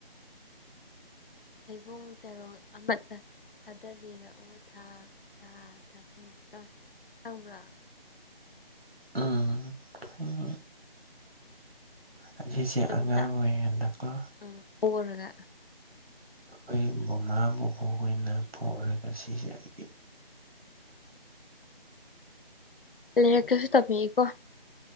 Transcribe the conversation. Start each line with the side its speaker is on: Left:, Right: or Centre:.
Left: ꯍꯩꯕꯨꯡ ꯆꯔꯣꯡ ꯑꯃꯇ ꯊꯥꯗꯕꯤꯔꯛꯎ ꯊꯥ <unintelligible> ꯈꯪꯕ꯭ꯔꯥ
Right: ꯎꯝ ꯑꯁꯤꯁꯦ
Left: ꯇꯨꯡꯗ
Right: ꯑꯉꯥꯡ ꯑꯣꯏꯔꯤꯉꯩꯗꯀꯣ
Left: ꯎꯝ ꯑꯣꯔꯒ
Right: ꯑꯩꯈꯣꯏ ꯃꯃꯥ ꯕꯣꯛ ꯈꯣꯏꯅ ꯄꯛꯣꯔꯒ ꯁꯤꯈꯤ ꯍꯥꯏꯕꯤ
Left: ꯎ ꯂꯥꯏꯔꯤꯛꯀꯁꯨ ꯇꯥꯛꯄꯤꯒꯦꯀꯣ